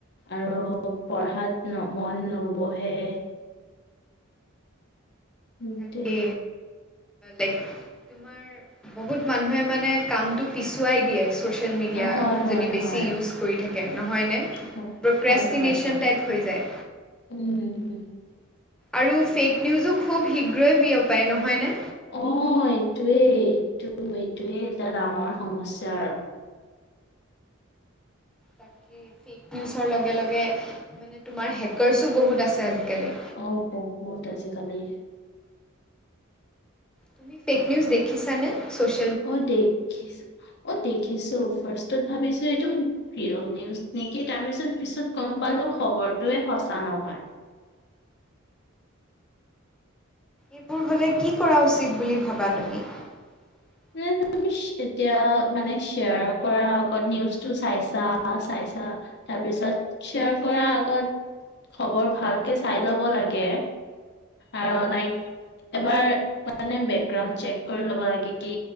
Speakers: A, on the left; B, in the centre.
A: আৰু পঢ়াত মন নবহে। সেইটোৱে।
B: তাকে। লাইক তোমাৰ বহুত মানুহে মানে কামটো পিছুৱাই দিয়ে ছ'চিয়েল মিডিয়া
A: অ', হয়, হয়,
B: যদি বেছি
A: হয়,
B: ইউজ কৰি থাকে নহয়নে।
A: হয়,
B: প্ৰক্ৰেষ্টিনেশ্যন
A: হয়, হয়, হয়।
B: টাইপ হৈ যায়।
A: উম
B: আৰু ফেক নিউজো খুব শীঘ্ৰেই বিয়পায় নহয়নে।
A: অ' এইটোৱেই এইটো এইটোৱেই এটা ডাঙৰ সমস্যা আৰু।
B: তাকে ফেক নিউজৰ লগে লগে মানে তোমাৰ হেকাৰছো বহুত আছে আজিকালি।
A: অ' বহুত আজিকালি।
B: তুমি ফেক নিউজ দেখিছা নে চ'ছ
A: অ' দেখিছো অ' দেখিছো ফাৰ্ষ্টত ভাবিছো এইটো। প্ৰিয় নিউজ নেকি তাৰ পিছত পিছত গম পালো খবৰটোৱে সঁচা নহয়।
B: এইবোৰ হ'লে কি কৰা উচিত বুলি ভাবা তুমি। <inaudible>
A: মানে তুমি এতিয়া মানে শ্বেয়াৰ কৰা আগত নিউজটো চাইছা চাইছা। তাৰপিছত শ্বেয়াৰ কৰাৰ আগত খবৰ ভালকে চাই ল'ব লাগে। আৰু লাইক এবাৰ মানে বেকগ্ৰাউণ্ড চেক কৰি ল'ব লাগে কি